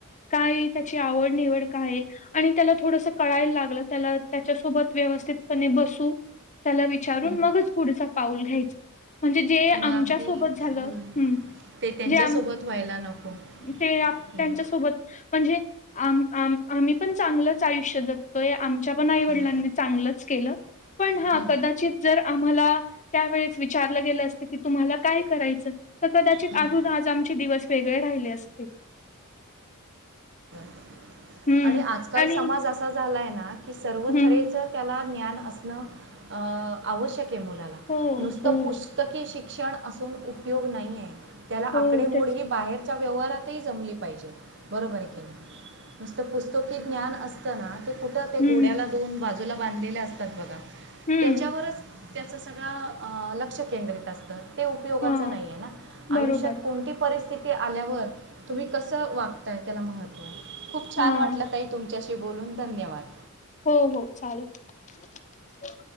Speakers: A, on the left; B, on the right.
A: काय त्याची आवड निवड काय आणि त्याला थोडस कळायला लागलं त्याला त्याच्या सोबत व्यवस्थितप बसू त्याला विचारून
B: हं.
A: मगच पुढं पाऊल घ्यायच म्हणजे जे
B: तुम्ही
A: आमच्या
B: अगदी
A: सोबत झालं
B: हं.
A: ह
B: ते त्यांच्यासोबत
A: जे आ हम्
B: व्हायला नको
A: ते
B: हं,
A: त्यांच्या सोबत म्हणजे आम आम आम्ही पण चांगलंच आयुष्य जगतोय आमच्या पण आई वडिलांनी
B: हं,
A: चांगलंच केलं पण हा
B: हं,
A: कदाचित जर आम्हाला त्यावेळेस विचारलं गेलं असतं की तुम्हाला काय करायचं तर कदाचित
B: हं.
A: आमचे दिवस वेगळे राहिले असते
B: र
A: हं
B: आणि आजकाल
A: आणि
B: समाज असा झालाय ना कि सर्व
A: हं.
B: तेच त्याला ्ान असण आवश्यक
A: हो,
B: नुसत
A: हो,
B: पुस्तक शिक शिक्षण असून उपयोग नाही आहे त्याला
A: हो.
B: आकडेमुळेडही
A: तेच.
B: बाहेर च्या व्यवहारातही जमली पाहिजे बरोबर आहे नसत पुस्तक की ज्ञान असतना ते कुठं ते
A: हं,
B: घोड्याला दऊन बाज बाजूला बांधलेले असतात बघा.
A: हं.
B: त्याच्यावरच त्यांचा सगळ अ लक्ष केंद्रित अस तर. ते उपयोगाच
A: हां,
B: नाहीय ना.
A: बरोबर.
B: आयुष्यात कोणती परिस्थिती ते आल्यावर तुम्ही कसं वागताय त्याला महत्व खूप छान
A: हां.
B: वाटलं ताई तुमच्याशी बोलून धन्यवाद.
A: हो हो चालेल.